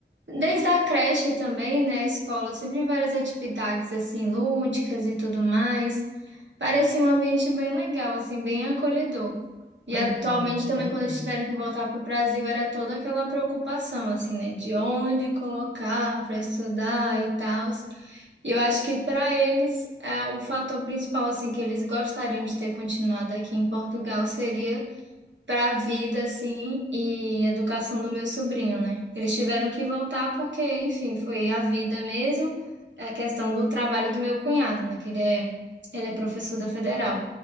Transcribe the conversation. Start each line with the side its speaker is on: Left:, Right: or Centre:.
Right: Desde a creche também, né? A escola, sempre várias atividades assim lúdicas e tudo mais. Parecia um ambiente bem legal, assim, bem acolhedor. E
Left: Pois
Right: atualmente
Left: é,
Right: também,
Left: né?
Right: quando eles
Left: Uhum.
Right: tiveram que voltar para o Brasil, era toda aquela preocupação, assim, né? De onde colocar para estudar e tal. E eu acho que para eles, é, o fator principal, assim, que eles gostariam de ter continuado aqui em Portugal seria para a vida, assim, e educação do meu sobrinho, né? Eles tiveram que voltar porque, enfim, foi a vida mesmo, é a questão do trabalho do meu cunhado, né? Que ele é, ele é professor da federal.